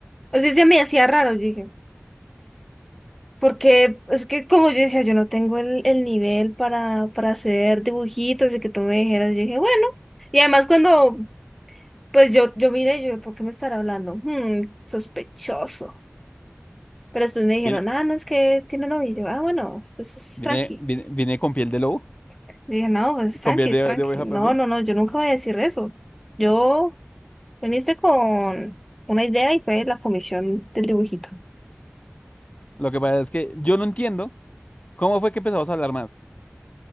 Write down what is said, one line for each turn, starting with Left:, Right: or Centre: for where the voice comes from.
Centre: o sea, se me hacía raro, yo dije, porque es que como yo decía, yo no tengo el, el nivel para, para hacer dibujitos y que tú me dijeras, yo dije, bueno, y además cuando, pues yo, yo miré, yo, ¿por qué me estará hablando? Hmm, sospechoso. Pero después me dijeron,
Left: Viene,
Centre: ah, no, es que tiene novio, y yo, ah, bueno, esto, esto es
Left: viene,
Centre: tranqui.
Left: viene, viene con piel de lobo,
Centre: Yo dije, no, pues es tranqui,
Left: con piel
Centre: es
Left: de,
Centre: tranqui.
Left: de oveja,
Centre: No,
Left: perdón.
Centre: no, no, yo nunca voy a decir eso. Yo viniste con una idea y fue la comisión del dibujito.
Left: Lo que pasa es que yo no entiendo cómo fue que empezamos a hablar más.